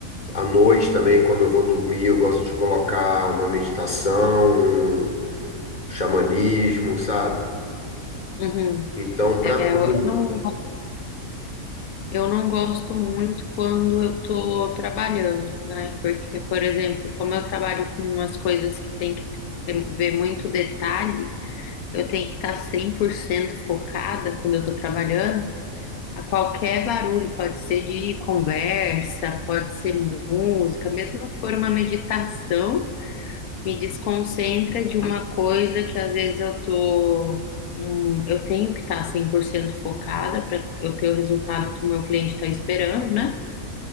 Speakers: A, on the left; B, on the left.
A: à noite também, quando eu vou dormir, eu gosto de colocar uma meditação, um xamanismo, sabe?
B: uhum.
A: Então, para
B: É,
A: tudo.
B: eu eu não. Eu não gosto muito quando eu estou trabalhando, né? Porque, por exemplo, como eu trabalho com umas coisas que tem que ter- ver muito detalhe, eu tenho que estar 100% focada quando eu estou trabalhando. A qualquer barulho, pode ser de conversa, pode ser música, mesmo que for uma meditação me desconcentra de uma coisa que às vezes eu tô, hum, eu tenho que estar 100% focada para eu ter o resultado que o meu cliente está esperando, né?